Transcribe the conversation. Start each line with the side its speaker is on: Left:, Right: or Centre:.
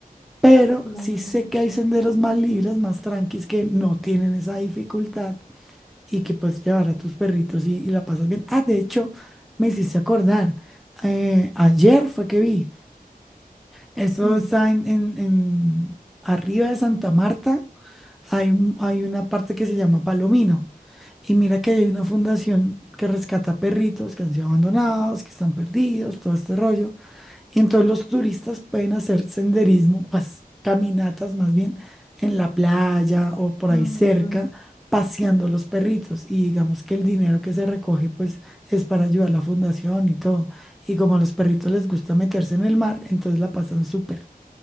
Centre: Pero
Left: claro,
Centre: sí sé que hay senderos más libres, más tranquis, que no tienen esa dificultad y que puedes llevar a tus perritos y, y la pasas bien. Ah, de hecho, me hiciste acordar, eh, ayer fue que vi. Eso
Left: sí.
Centre: está en, en- en- arriba de Santa Marta, hay, un- hay una parte que se llama Palomino. Y mira que hay una fundación que rescata perritos que han sido abandonados, que están perdidos, todo este rollo. Y entonces los turistas pueden hacer senderismo, pues caminatas más bien en la playa o por
Left: Ay,
Centre: ahí cerca,
Left: qué bueno.
Centre: paseando los perritos. Y digamos que el dinero que se recoge pues es para ayudar a la fundación y todo. Y como a los perritos les gusta meterse en el mar, entonces la pasan súper.